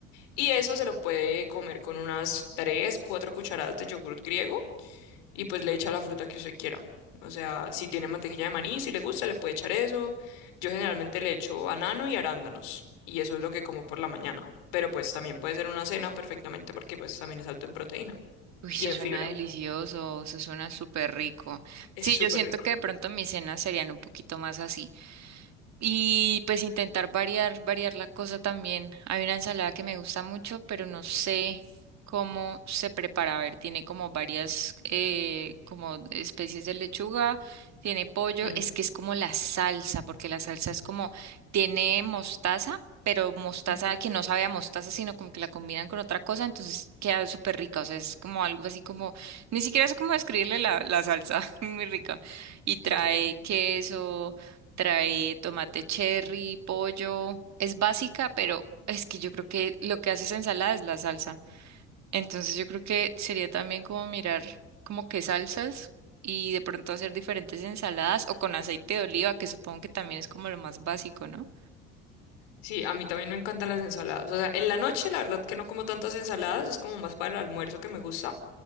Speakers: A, on the left; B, on the right.
A: Y eso se lo puede comer con unas 3 4 cucharadas de yogur griego y pues le echa la fruta que usted quiera. O sea, si tiene mantequilla de maní, si le gusta, le puede echar eso. Yo generalmente le echo banano y arándanos y eso es lo que como por la mañana. Pero pues también puede ser una cena perfectamente porque pues también es alto en proteína
B: Uy,
A: y
B: eso
A: en
B: suena
A: fibra.
B: delicioso, eso suena súper rico.
A: Es
B: Sí,
A: súper
B: yo siento
A: rico.
B: que de pronto mis cenas serían un poquito más así. Y pues intentar variar, variar la cosa también. Hay una ensalada que me gusta mucho, pero no sé cómo se prepara. A ver, tiene como varias eh, como especies de lechuga, tiene pollo.
A: Ujú,
B: Es que es como la salsa, porque la salsa es como, tiene mostaza, pero mostaza
A: ujú,
B: que no sabe a mostaza, sino como que la combinan con otra cosa, entonces queda súper rica. O sea, es como algo así como, ni siquiera sé cómo describirle la, la salsa, <laughs> muy rica. Y trae
A: Ok.
B: queso. Trae tomate cherry, pollo. Es básica, pero es que yo creo que lo que hace esa ensalada es la salsa. Entonces yo creo que sería también como mirar como qué salsas y de pronto hacer diferentes ensaladas o con aceite de oliva, que supongo que también es como lo más básico, ¿no?
A: Sí, a mí también me encantan las ensaladas. O sea, en la noche la verdad que no como tantas ensaladas, es como más para el almuerzo que me gusta,